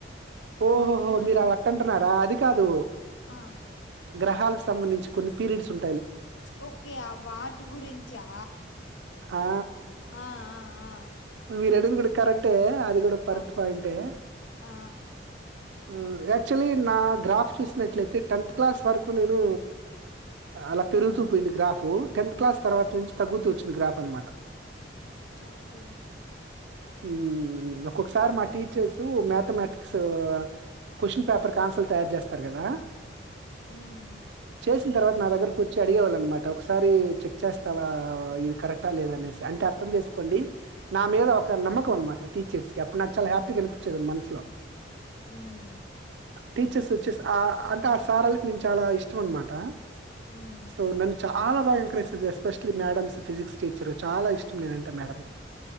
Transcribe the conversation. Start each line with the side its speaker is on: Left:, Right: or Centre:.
Right: ఓహోహో
Left: మళ్ళీ మనం
Right: మీరు అ అట్ట అంటున్నారా అది కాదు
Left: ఆ
Right: గ్రహాల్క్స్ సంబంధించి కొన్ని పీరిడిస్ ఉం
Left: ఓకే ఆ వాటి గురించా
Right: ఆ
Left: ఆ ఆ ఆ
Right: మీరడుగుడు కరెక్ అంటే అది కూడా కరెక్ట్
Left: ఆ
Right: పాయింటే
Left: ఆ
Right: మ్ యాక్చువలీ నా గ్రాఫ్ చూసినట్లయితే టెన్త్ క్లాస్ వరకు నేను అలా పెరుగుతూ పోయింది గ్రాఫ్ టెన్త్ క్లాస్ తర్వాత నుంచి తగ్గుతూ వచ్చింది గ్రాఫ్ అనమాట
Left: ఓకే
Right: ఉమ్ ఒకసారి మా టీచర్స్ మ్యాథమెటిక్స్ క్వశ్చన్ పేపర్కి ఆన్సల్ తయారు చేస్తారు కదా
Left: హ్మ్.
Right: చేసిన తర్వాత నా దగ్గరకు వచ్చి అడిగేవాళ్ళ అనమాట ఒకసారి చెక్ చేస్తావా ఇది కరెక్టా లేదనేసి అంటే అర్థం చేసుకోండి నా మీద ఒక నమ్మకం అనమాట టీచర్స్ కి అప్పు నాక్ చాలా హ్యాపీగా కనిపించేది మనసులో
Left: హ్మ్.
Right: టీచర్స్ వచ్చేస్ ఆ అంటే ఆ సారోలకి నేను చాలా ఇష్టం అనమాట
Left: హ్మ్.
Right: సో నన్ను చాలా బాగా ఎంకరేజ్ చేస్ ఎస్పెషలీ మేడంస్ ఫిజిక్స్ టీచర్ చాలా ఇష్టం నేనంటే మేడమ్ కి